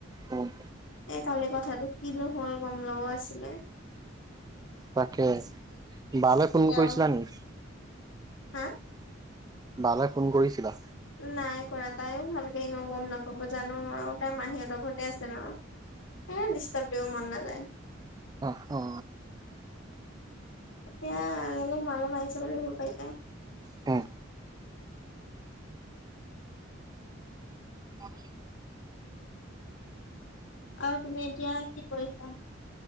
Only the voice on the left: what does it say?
এ কালি কথাটো কিনো হয় গম লব আছিলে?
গাঁৱলে,
হা!
নাই কৰা তাইও ভালকে এনেও গম নাপাব জানো আৰু তাই মাহীহতৰ ঘৰতে আছে ন। হে দিষ্টাব দিব মন নাযায়।
এতিয়া অলপ মাল মাইছে বলে হ পাইতি।
আৰু তুমি এতিয়া কি কৰিছা?